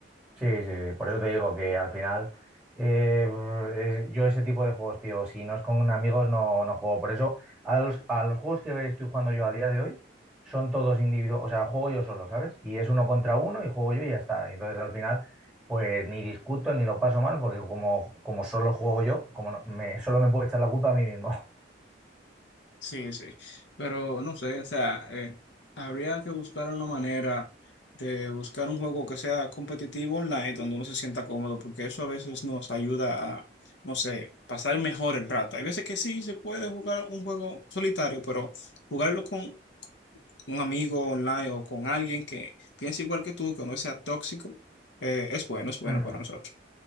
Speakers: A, in the centre; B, on the left.
A: Sí, sí, sí, por eso te digo que al final eh, es- yo ese tipo de juegos, tío, si no es con amigos no, no juego. Por eso a los, a los juegos que estoy jugando yo a día de hoy son todos individuos, o sea, juego yo solo, ¿sabes? Y es uno contra uno y juego yo y ya está. Y entonces al final pues ni discuto ni lo paso mal porque como, como solo juego yo, como no- me, solo me puedo echar la culpa a mí mismo.
B: Sí, sí, pero no sé, o sea, eh, habría que buscar una manera de buscar un juego que sea competitivo online, donde uno se sienta cómodo, porque eso a veces nos ayuda a, no sé, pasar mejor el rato. Hay veces que sí se puede jugar un juego solitario, pero jugarlo con un amigo online o con alguien que piense igual que tú, que no sea tóxico, eh, es bueno, es bueno
A: <laughs>
B: para nosotros.